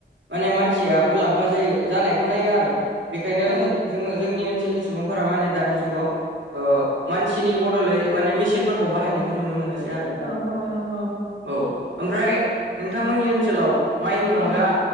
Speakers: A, on the right; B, on the left.
A: माने मानसिया मुलाम्फा जायो। जानायखौ नायो आरो बेखायनो
B: औ
A: जो-जोङो जोंनि ओन सोलनि सुबुंफोरा माने दानि जुगाव मानसिनि बड'लै माने मिसिनफोरखौ बाहायनायखौ नुनो मोनोसै आरो
B: औ औ नंगौ
A: औ ओमफ्राय नोंथांमोननि ओनसोलाव माइनि
B: औ
A: अनगा